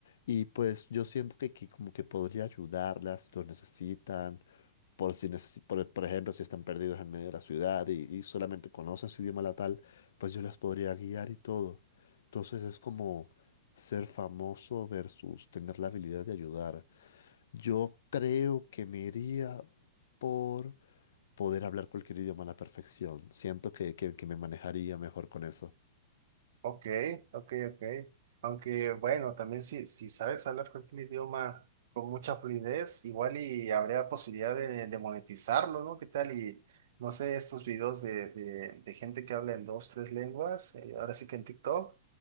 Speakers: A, on the left; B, on the right.
A: Y pues yo siento que, que como que podría ayudarlas, lo necesitan, por si necesi- por, por ejemplo, si están perdidos en medio de la ciudad y, y solamente conocen su idioma natal, pues yo las podría guiar y todo. Entonces es como ser famoso versus tener la habilidad de ayudar. Yo creo que me iría por poder hablar cualquier idioma a la perfección. Siento que, que que me manejaría mejor con eso.
B: Ok, ok, ok. Aunque bueno, también si, si sabes hablar cualquier idioma con mucha fluidez, igual y habría posibilidad de, de monetizarlo, ¿no? ¿Qué tal? Y no sé, estos videos de, de, de gente que habla en dos, tres lenguas, eh, ahora sí que en TikTok,